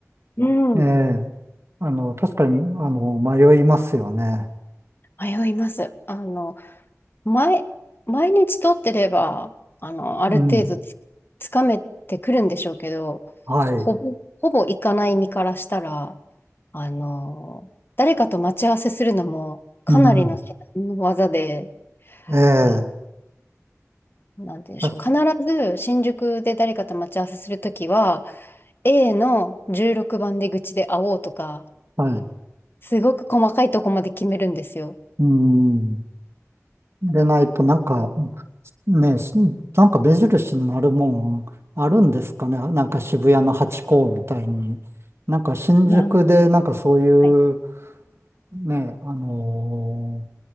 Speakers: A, on the left (about 45°); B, on the right (about 55°).
A: うん。
B: ええ、あの、確かに、あの、迷いますよね。
A: 迷います。あの、毎、毎日撮ってれば、あの、ある程度つ、
B: うん、
A: つかめてくるんでしょうけど、
B: はい。
A: ほぼ、ほぼ行かない身からしたら、あの、誰かと待ち合わせするのも、かなりの至難の技で、
B: うん、ええ、
A: あ、なんて言うんでしょう。
B: 確か
A: 必ず新宿で誰かと待ち合わせするときは、A の16番出口で会おうとか、
B: はい。
A: すごく細かいとこまで決めるんですよ。
B: うん。でないと、
A: う
B: なんか、ね、しなんか目印になるもんあるんですかね。なんか渋谷のハチ公みたいに。なんか新宿で、
A: ん
B: なんかそういう、
A: はい。
B: ね、あの